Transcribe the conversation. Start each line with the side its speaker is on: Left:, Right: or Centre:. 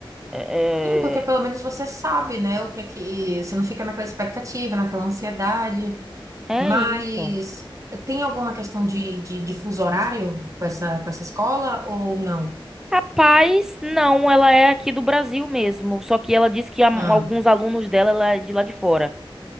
Centre: É,
Right: Sim, porque
Centre: é
Right: pelo menos você sabe, né, o que é que você não fica naquela expectativa, naquela ansiedade.
Centre: é
Right: Mas
Centre: isso.
Right: tem alguma questão de, de, de fuso horário com essa, com essa escola ou não?
Centre: Rapaz, não, ela é aqui do Brasil mesmo. Só que ela disse que a-
Right: Ah,
Centre: alguns alunos dela ela é de lá de fora.